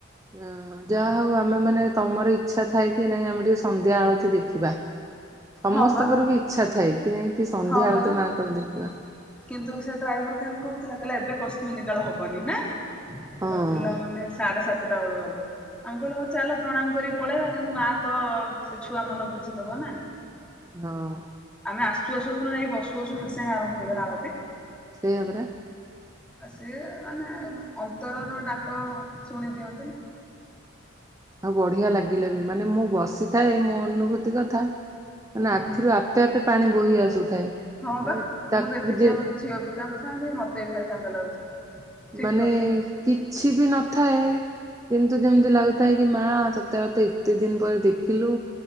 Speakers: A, on the right; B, in the centre.
A: ଅଁ ଯାହା ହଉ ଆ ମାନେ ତମର ଇଚ୍ଛା ଥାଇକି ନାଇଁ ଆମେ ଟିକେ ସନ୍ଧ୍ୟା ଆଳତି ଦେଖିବା। ସମସ୍ତଙ୍କର
B: ହଁ ବା
A: ବି ଇଚ୍ଛା ଥାଏ କି ନାଇଁ ଟିକେ ସନ୍ଧ୍ୟା
B: ହଁ ପରା
A: ଆଳତୀ ମାଙ୍କର ଦେଖିବା।
B: କିନ୍ତୁ ସେ ଡ୍ରାଇଭର କେମ୍ତି କହୁଥିଲା କହିଲା ଏବେ କଶ୍ମୀନ୍ କାଳ ହବନି ନାଁ।
A: ହଁ
B: କହୁଥିଲା ମାନେ ସାଢେ ସାତଟା ବେଳୁ ହବ। ଆମେ କହିଲୁ ହଉ ଚାଲ ପ୍ରଣାମ୍ କରି ପଳେଇବା କିନ୍ତୁ ମା ତ ସେ ଛୁଆ ମନ ବୁଝିଦବ ନାଁ।
A: ହଁ।
B: ଆମେ ଆସୁ ଆସୁ ଦେଖୁନ ଯାଇକି ବସୁ ବସୁ ସାଙ୍ଗେ ସାଙ୍ଗେ ଆରମ୍ଭ ହେଇଗଲା ଆଳତି।
A: ସେଇୟା ପରା।
B: ଆ ସିଏ ମାନେ ଅନ୍ତରର ଡାକ ଶୁଣି ଦିଅନ୍ତି ନା।
A: ଆଉ ବଢିଆ ଲାଗିଲା ବି। ମାନେ ମୁଁ ବସିଥାଏ ମୋ ଅନୁଭୂତି କଥା ମାନେ
B: ହୁଁ
A: ଆଖିରୁ ଆପେ ଆପେ ପାଣି ବୋହି ଆସୁଥାଏ।
B: ହଁ ବା
A: ମାନେ
B: ମୁଁ
A: ତାକୁ
B: ଦେଖିଛି
A: ଯେ
B: ଆମ ଝିଅ ବି କାନ୍ଦୁଥାନ୍ତିି ମତେ ବି ଭାରି କାନ୍ଦ ଲାଗୁଥାଏ। ଠିକ
A: ମାନେ
B: କଥା
A: କିଛି ବି ନଥାଏ କିନ୍ତୁ ଯେମ୍ତି ଲାଗୁଥାଏ କି ମାଁ ତତେ ଆଉ ତ ଏତେ ଦିନ୍ ପରେ ଦେଖିଲୁ।